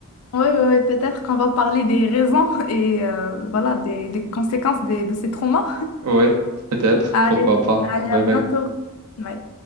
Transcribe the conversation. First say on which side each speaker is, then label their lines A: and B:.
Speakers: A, on the left; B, on the right.
A: Oui, ouais, ouais, ouais, peut-être qu'on va parler des raisons <laughs> et euh, voilà, des, des conséquences des- de ces traumas.
B: Ouais, peut-être,
A: Allez,
B: pourquoi pas.
A: allez,
B: Bye
A: à bientôt.
B: bye.
A: Ouais.